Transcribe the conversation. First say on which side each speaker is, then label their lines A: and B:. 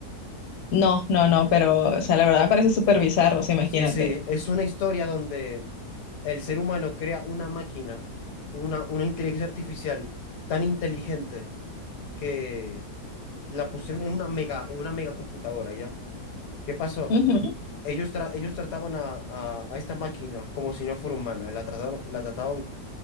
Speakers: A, on the left; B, on the left.
A: No, no, no, pero o sea, la verdad me parece súper bizarro, o sea, imagínate.
B: Sí, sí, es una historia donde el ser humano crea una máquina, una, una inteligencia artificial tan inteligente que la pusieron en una mega, en una mega computadora, ¿ya? ¿Qué pasó?
A: Ujú.
B: Ellos, tra- ellos trataban a, a- a esta máquina como si no fuera humana, la trataron, la trataban